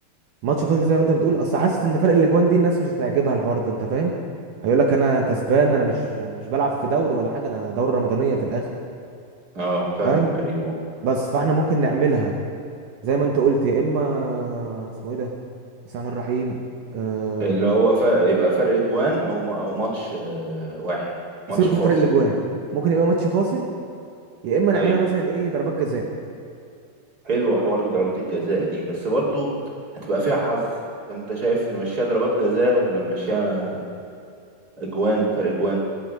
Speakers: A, on the right; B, on the right.
A: ماتش فاصل زي ما انت بتقول اصل حاسس ان فرق الاجوان دي الناس مش هتعجبها الحوار ده انت فاهم هيقول لك انا كسبان انا مش يعني مش بلعب في دوري ولا حاجه انا دوره رمضانيه في الاخر
B: اه فاهمك
A: فاهم
B: ايوه
A: بس فاحنا ممكن نعملها زي ما انت قلت يا اما اسمه ايه ده بسم الله الرحمن الرحيم أه...
B: اللي هو فرق يبقى فرق جوان او ما- او ماتش آه، واحد ماتش
A: سيبك
B: فاصل
A: من فرق الاجوان ممكن يبقى ماتش فاصل يا اما نعملها
B: ايوه
A: مثلا ايه ضربات جزاء
B: حلوة حوار ضربات الجزاء دي بس برضو هتبقى فيها حظ فانت شايف نمشيها ضربات جزاء ولا نمشيها اجوان فرق اجوان